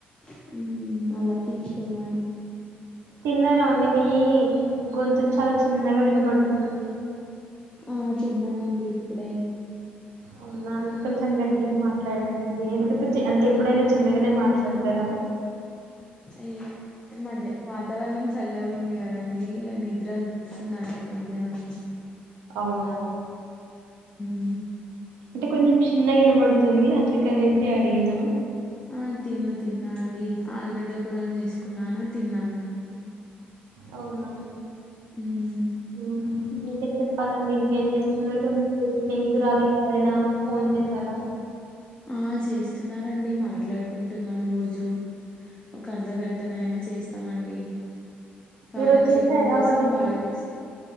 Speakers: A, on the left; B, on the right.
A: హమ్ అలా తీసుకెళ్ళాను
B: తిన్నారా అండి మీ గొంతు చాలా చిన్నగా వినబడుతుంది
A: ఆ తిన్నానండి ఇప్పుడే
B: అవునా కొంచెం గట్టిగా మాట్లాడండి ఎందుకు చే అంతే ఎప్పుడైనా చిన్నగానే మాట్లాడతారా
A: అయ్యో మధ్య వాతావరణం చల్లగా ఉంది కదండి ఇగా నిద్ర వస్తుందండి మధ్యాహ్నం
B: అవునా
A: అ
B: అంటే కొంచెం చిన్నగా వినబడుతుంది అందుకనేసి అడిగిన
A: ఆ తిన్న తిన్నా అండి ఆలుగడ్డ కూర చేసుకున్నాను తిన్నాను
B: అవునా
A: మ్మ్.
B: హమ్ <unintelligible> <unintelligible> ఇంకేం చేస్తున్నారు మీ స్నేహితురాలు
A: ఈ-
B: <unintelligible> ఫోన్ జేశార
A: ఆ చేస్తున్నారండి మాట్లాడుకుంటున్నాం రోజు ఒక అర్ధగంటనైయినా చేస్ తమండి కాలక్షేపం
B: ఈరోజు చేశారా
A: కోసం
B: వాళ్ళకి
A: బాల్ చేస్